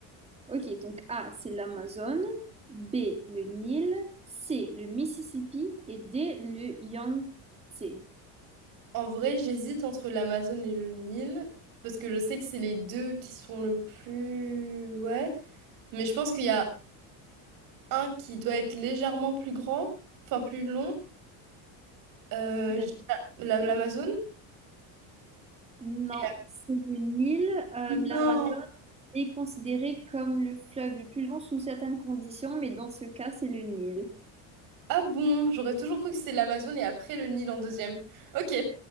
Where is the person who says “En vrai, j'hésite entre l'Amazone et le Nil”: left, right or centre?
Right